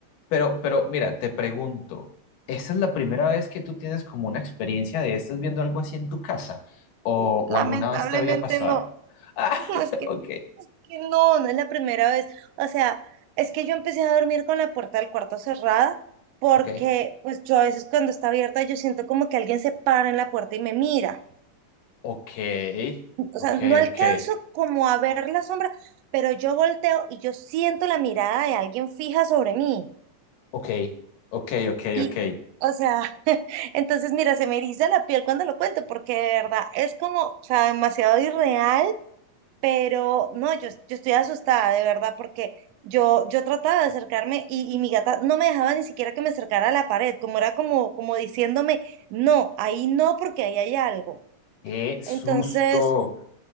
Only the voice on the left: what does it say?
Pero, pero mira, te pregunto, ¿esta es la primera vez que tú tienes como una experiencia de estás viendo algo así en tu casa? ¿O, o
alguna vez te había pasado?
<laughs> Ah,
ok,
ok.
Ok,
ok,
ok,
ok, ok, ok,
ok.
Qué susto.